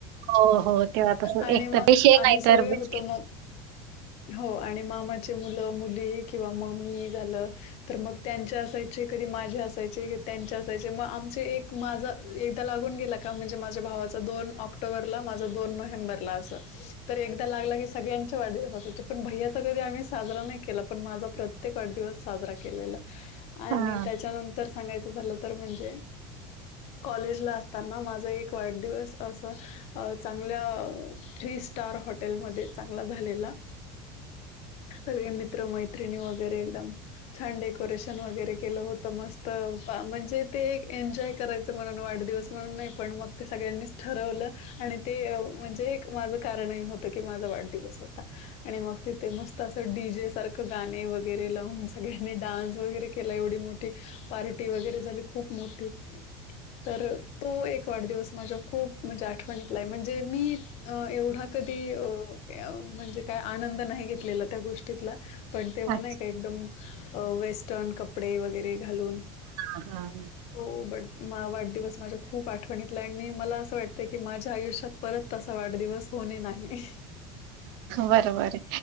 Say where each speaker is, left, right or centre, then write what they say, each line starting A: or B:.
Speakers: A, on the right; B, on the left.
A: हो हो तेव्हा तस
B: आणि
A: एक
B: मग
A: तर ते शेक
B: आम्ही
A: नाही
B: सगळे
A: तर
B: होतो,
A: बिस्किट
B: मग हो आणि मामाचे मुलं मुली किंवा मम्मी ही झालं तर मग त्यांचे असायचे कधी माझ्या असायचे त्यांचे असायचे म आमचे एक माझा एकदा लागून गेला का म्हणजे माझ्या भावाचा दोन ऑक्टोबरला माझा दोन नोव्हेंबरला असं तर एकदा लागला की, सगळ्यां चा वाढदिवस असायचे पण भैय्याचा कधी आम्ही साजरा नाही केला पण माझा प्रत्येक वाढदिवस साजरा केलेला आणि
A: हा
B: त्याच्यानंतर सांगायचं झालं तर म्हणजे कॉलेजला असताना माझा एक वाढदिवस असं अ चांगल्या थ्री स्टार हॉटेलमध्ये चांगला झालेला. सगळे मित्र मैत्रिणी वगैरे एकदम छान डेकोरेशन वगैरे केलं होतं, मस्त म्हणजे ते एक एन्जॉय करायचं तर म्हणून वाढदिवस म्हणून नाही पण मग ते सगळ्यांनीच ठरवलं आणि ते म्हणजे एक माझं कारणही होतं की माझा वाढदिवस होता आणि मग तिथे मस्त असं तर डी जे सारखं गाणे वगैरे लावून सगळ्यांनी डान्स वगैरे केला. एवढी मोठी पार्टी वगैरे झाली खूप मोठी तर तो एक वाढदिवस माझ्या खूप म्हणजे आठवणीतला आहे म्हणजे मी अ एवढा कधी अ य म्हणजे काय आनंद नाही घेतलेला त्या गोष्टीतला. पण तेव्हा
A: अच्छा
B: नाही का एकदम अ वेस्टर्न कपडे वगैरे घालून
A: हा
B: तर तो बड मा वाढदिवस माझ्या खूप आठवणीतलाय मी मला असं वाटतं की माझ्या आयुष्यात परत तसा वाढदिवस कोणी नाही.
A: बरं बरं